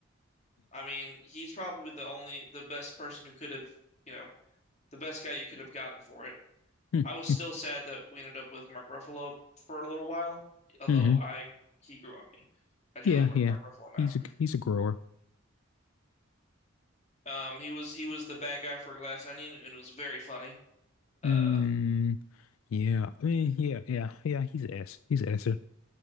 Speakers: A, on the left (about 35°); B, on the left (about 80°).
A: I mean, he's probably the only the best person who could have, you know, the best guy you could have gotten for it.
B: <laughs> hmm
A: I was still sad that we ended up with Mark Ruffalo for a little while, although
B: Mm-hmm.
A: I he grew on me. I do
B: Yeah,
A: like Mark
B: yeah.
A: Ruffalo now.
B: He's a he's a grower.
A: Um, he was he was the bad guy for Glass Onion, and it was very funny. Uh,
B: Hmm. Yeah, I mean, yeah, yeah, yeah. He's an ass. He's an ass.